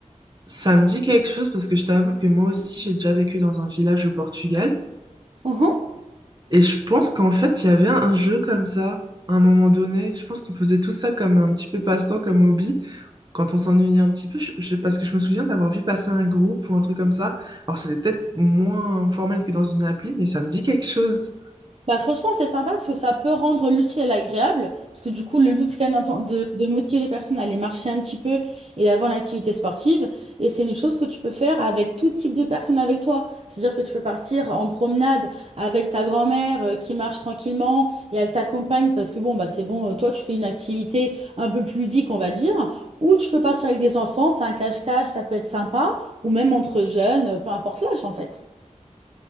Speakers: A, on the right; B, on the right.
A: ça me dit quelque chose parce que je t'avoue que moi aussi j'ai déjà vécu dans un village au Portugal
B: Mhm.
A: et je pense qu'en fait il y avait un, un jeu comme ça à un moment donné je pense qu'on faisait tout ça comme un petit peu passe-temps comme hobby quand on s'ennuyait un petit peu je- je- parce que je me souviens d'avoir vu passer un groupe ou un truc comme ça alors c'était peut-être moins formel que dans une appli mais ça me dit quelque chose
B: Bah franchement, c'est sympa parce que ça peut rendre l'utile et l'agréable. Parce que du coup, le but, c'est quand même d'inten- de, de motiver les personnes à aller marcher un petit peu et d'avoir une activité sportive. Et c'est une chose que tu peux faire avec tout type de personnes avec toi. C'est-à-dire que tu peux partir en promenade avec ta grand-mère euh, qui marche tranquillement et elle t'accompagne parce que bon, bah c'est bon, euh, toi, tu fais une activité un peu plus ludique, on va dire. Ou tu peux partir avec des enfants, c'est un cache-cache, ça peut être sympa. Ou même entre jeunes, peu importe l'âge en fait.